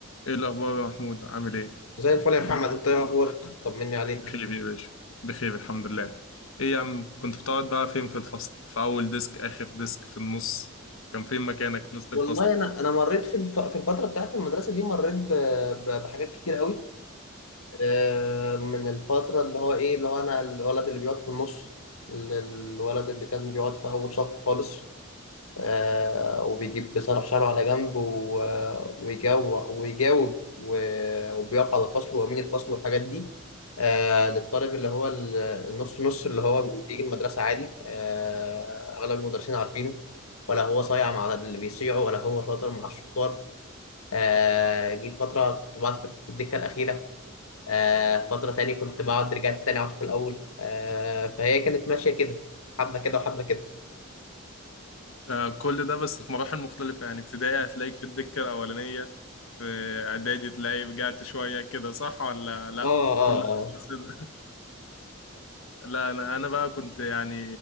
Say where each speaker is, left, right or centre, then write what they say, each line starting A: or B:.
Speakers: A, on the left; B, on the left.
A: ايه الاخبار يا محمود عامل ايه
B: زي الفل يا محمد انت ايه اخبارك طمني عليك
A: بخير يا باشا بخير الحمد لله ايه يا عم كنت بتقعد بقى فين في الفصل في اول ديسك اخر ديسك في النص كان فين مكانك في وسط
B: والله
A: الفصل
B: انا انا مريت في الف... في الفتره بتاعت المدرسه دي مريت ب... ب... بحاجات كتير قوي آه، من الفتره اللي هو ايه اللي هو انا الولد اللي بيقعد في النص ال- الولد اللي كان بيقعد في اول صف خالص آه، وبيجيب بيصرف شعره على جنب و- ويجاوب ويجاوب و- وبيقف على الفصل وأمين الفصل والحاجات دي آه، للطالب اللي هو ال- النص نص اللي هو بيجي المدرسة عادي آه، أغلب المدرسين عارفينه ولا هو صايع مع اللي بيصيعوا ولا هو شاطر مع الشطار آه، جيت فترة كنت بقعد في في الدكة الأخيرة آه، فترة تاني كنت بقعد رجعت تاني أقعد في الأول آه، فهي كانت ماشية كده حبة كده وحبة كده
A: ده كل ده بس في مراحل مختلفة يعني ابتدائي هتلاقيك في الدكة الأولانية في إعدادي تلاقي رجعت شوية كده صح ولا لأ
B: اه
A: كلها
B: اه
A: في نفس ال- <laughs> لا أنا أنا بقى كنت يعني